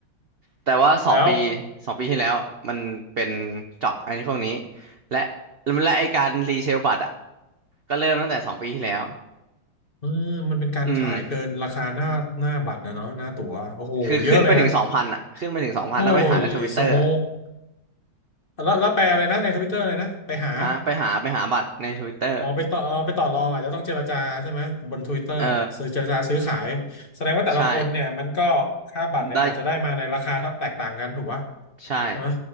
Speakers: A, on the right (about 60°); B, on the left (about 30°).
A: แต่ว่าสองปี
B: แล้ว
A: สองปีที่แล้วมันเป็นเจาะอันนี้พวกนี้และและไอการรีเซลบัตรอะก็เริ่มตั้งแต่สองปีที่แล้ว
B: เออมันเป็นการขายเกินราคาหน้าหน้าบัตรนะเนาะหน้าตั๋วโอ้โหเยอะเลยนะ
A: อืม คือขึ้นไปถึงสองพันอ่ะขึ้นไปถึงสองพันถ้าไปหาในทวิตเตอร์
B: Holy smoke แล้วแล้วแปลอะไรนะในทวิตเตอร์เลยนะไปหา
A: ฮะไปหาไปหาบัตรในทวิตเตอร์
B: อ๋อไปต่ออ๋อไปต่อรองอาจจะต้องเจรจาใช่ไหมบน Twitter
A: เออ
B: ซื้อเจรจาซื้อขายแสดงว่าแต่ละคนเนี่ยมันก็ค่าบัตรเนี่ยอาจจะได้มาในราคาเท่าแตกต่างกันถูกปะ
A: ใช่ได้ใช่
B: ใช่ไหม